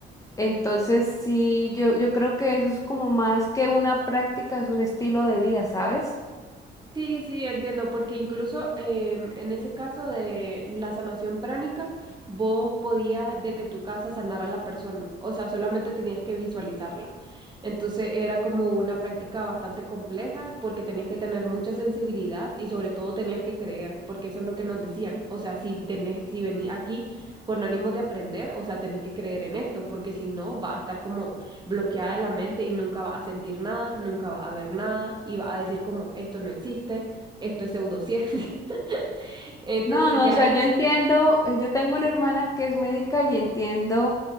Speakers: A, on the left; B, on the right.
A: Entonces sí, yo, yo creo que eso es como más que una práctica, es un estilo de vida, ¿sabes?
B: Sí, sí, entiendo, porque incluso em, en ese caso de la sanación pránica, vos podías desde tu casa sanar a la persona, o sea, solamente tenías que visualizarla. Entonces era como una práctica bastante compleja porque tenías que tener mucha sensibilidad y sobre todo tenías que creer, porque eso es lo que nos decían. O sea, si tenés, si venís aquí con ánimo de aprender, o sea, tenés que creer en esto, porque si no, vas a estar como bloqueada de la mente y nunca vas a sentir nada, nunca vas a ver nada y vas a decir como esto no existe, esto es pseudociencia. <laughs> Entonces
A: No, no,
B: ya,
A: o sea, yo entiendo, eh, yo tengo una hermana que es médica y entiendo,